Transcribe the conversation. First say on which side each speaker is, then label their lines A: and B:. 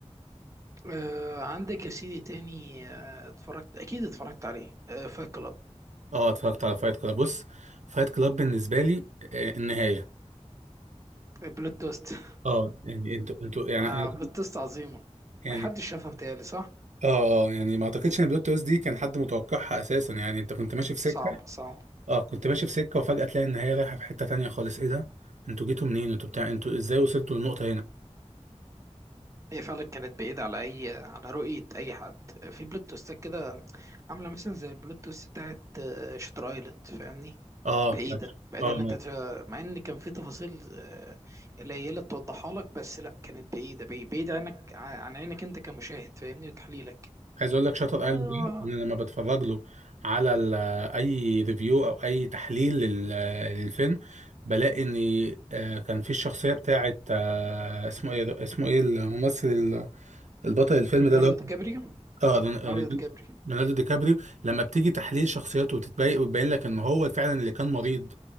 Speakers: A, on the right; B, on the right.
A: آه عندك يا سيدي تاني آه اتفرجت اكيد اتفرجت عليه آه فايت كلاب
B: اه اتفرجت على فايت كلاب بص فايت كلاب بالنسبه لي آه، النهايه
A: بلوت توست <laughs>
B: اه يعني انتوا انتوا يعني
A: آه
B: انا
A: بلوت توست عظيمة
B: يعني
A: محدش شافها بتهيألي صح
B: اه اه يعني ما اعتقدش ان البلوت تويست دي كان حد متوقعها اساسا يعني انت كنت ماشي في سكه
A: صعب صعب
B: اه كنت ماشي في سكه وفجاه تلاقي النهايه رايحه في حته تانية خالص ايه ده انتوا جيتوا منين انتوا بتاع انتوا ازاي وصلتوا للنقطه هنا
A: هي فعلا كانت بعيدة على أي على رؤية أي حد في بلوت تويستات كده عاملة مثلا زي البلوت تويست بتاعت آه، شاتر أيلاند فاهمني
B: اه
A: بعيدة
B: بتاعت-
A: بعيدة
B: اه
A: اللي أنت تف- مع إن كان في تفاصيل آه، قليلة توضحها لك بس لأ كانت بعيدة بعي- بعيدة عنك ع- عن عينك أنت كمشاهد فاهمني وتحليلك
B: عايز اقول لك شاتر
A: آه
B: ايلاند ده انا لما بتفرج له على ال- اي ريفيو او اي تحليل لل- للفيلم بلاقي ان آه، كان في الشخصيه بتاعه آه، اسمه ايه اسمه ايه الممثل ال- البطل الفيلم ده
A: ليوناردو
B: اللي هو
A: دي كابريو
B: اه رون- رون-
A: ليوناردو دي كابريو
B: رونالدو دي كابريو لما بتيجي تحليل شخصيته وتتبين وتبين لك ان هو فعلا اللي كان مريض